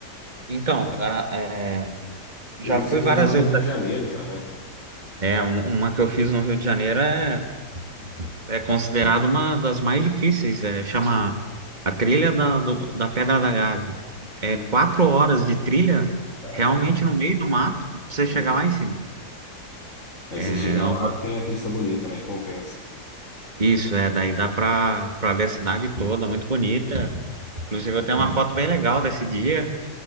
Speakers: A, on the right (about 25°); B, on the left (about 50°).
A: Então, a- é, já
B: Eu vi
A: fui
B: que você fez
A: várias
B: uma
A: vezes.
B: do Rio de Janeiro já, né?
A: É, um- uma que eu fiz no Rio de Janeiro é é considerado uma das mais difíceis. É, chama a trilha da, do- da Pedra da Gávea. É
B: Hum.
A: quatro horas de trilha,
B: Caramba,
A: realmente no meio do mato, pra você
B: meu
A: chegar
B: Deus.
A: lá em cima.
B: Aí
A: É
B: você chega lá,
A: um-
B: tem a vista bonita, né? Compensa. É.
A: Isso, é, daí dá pra, pra ver a cidade toda, muito bonita. Inclusive, eu tenho uma foto bem legal desse dia